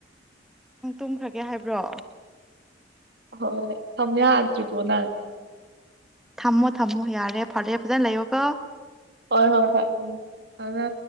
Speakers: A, in the centre; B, on the right.
A: ꯅꯪ ꯇꯨꯝꯈ꯭ꯔꯒꯦ ꯍꯥꯏꯕ꯭ꯔꯣ
B: ꯍꯣꯏ ꯊꯝ ꯌꯥꯗ꯭ꯔꯤꯕꯣ ꯅꯪ
A: ꯊꯝꯃꯣ ꯊꯝꯃꯣ ꯌꯥꯔꯦ ꯐꯔꯦ ꯐꯖꯅ ꯂꯩꯌꯣꯒꯣ
B: ꯍꯣꯏ ꯍꯣꯏ ꯍꯣꯏ ꯎꯝ ꯊꯥꯝꯃꯦ